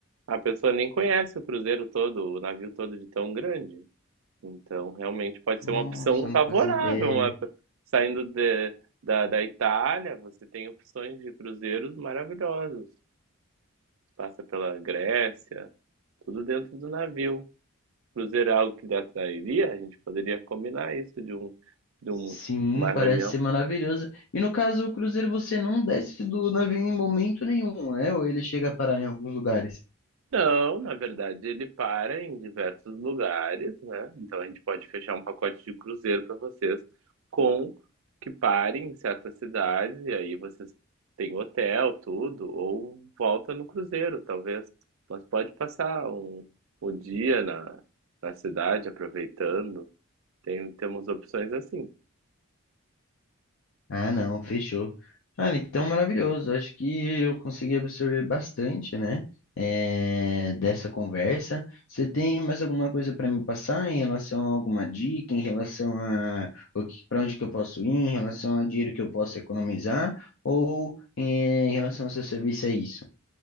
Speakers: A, on the right; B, on the left.
A: a pessoa nem conhece o cruzeiro todo, o navio todo de tão grande. Então, realmente pode
B: Nossa,
A: ser uma opção
B: eu
A: favorável.
B: não fazia ideia.
A: uma- Saindo de- da, da Itália, você tem opções de cruzeiros maravilhosos. Passa pela Grécia, tudo dentro do navio. Cruzeiro é algo que lhe atrairia? A gente poderia combinar isso de um, de
B: Sim,
A: um, uma
B: parece
A: reunião.
B: ser maravilhoso. E no caso, o cruzeiro você não desce do navio em momento nenhum, né? Ou ele chega a parar em alguns lugares?
A: Não, na verdade ele para em diversos lugares, né, então a gente pode fechar um pacote de cruzeiro para vocês com que pare em certas cidades e aí vocês têm hotel, tudo, ou volta no cruzeiro talvez. Mas pode passar um o dia na na cidade aproveitando, tem temos opções assim.
B: Ah, não, fechou. Cara, então maravilhoso. Acho que eu consegui absorver bastante, né? eh, dessa conversa. Você tem mais alguma coisa para me passar em relação a alguma dica, em relação a o que, para onde que eu posso ir, em relação a dinheiro que eu posso economizar, ou em, em relação ao seu serviço é isso?